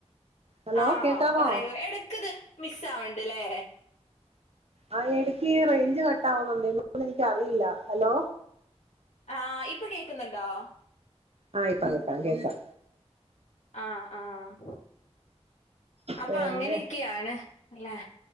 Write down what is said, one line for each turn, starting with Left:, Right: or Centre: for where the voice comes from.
Right: ഹലോ
Left: ആഹ
Right: കേക്കാമോ
Left: പറയൂ എടക്കത് മിസ്സ് ആവണ്ട്ല്ലേ
Right: ആ എടക്കി റേഞ്ച് കട്ടാവുന്നുണ്ട് എനിക്ക് അറിയില്ല. ഹലോ
Left: ആഹ് ഇപ്പൊ കേക്കുന്നുണ്ടോ?
Right: ആഹ് ഇപ്പം കേക്കാം കേക്കാം
Left: ആഹ് ആഹ് അപ്പൊ
Right: പിന്നെ
Left: അങ്ങനെയൊക്കെയാണ് അല്ലേ